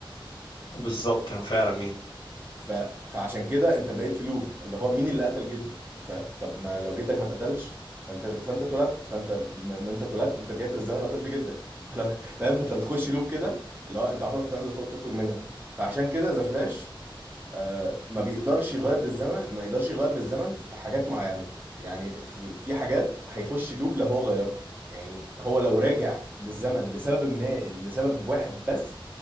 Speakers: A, on the left; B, on the right.
A: بالظبط هو فعلا مين
B: ف... فعشان كده انت بقيت في لوب اللي هو مين اللي قتل جدك فطب ما لو جدك ما اتقتلش فانت فانت اتولدت فانت ما ما انت اتولدت انت رجعت بالزمن وقتلت جدك <laughs> فلو فاهم فانت بتخش لوب كده اللي هو انت عمرك ما تقدر تخرج منها فعشان كده ذا فلاش آه ما بيقدرش يغير بالزمن ما يقدرش يغير بالزمن في حاجات معينة يعني في في حاجات هيخش لوب لو هو غيرها يعني هو لو راجع بالزمن لسبب ما لسبب واحد بس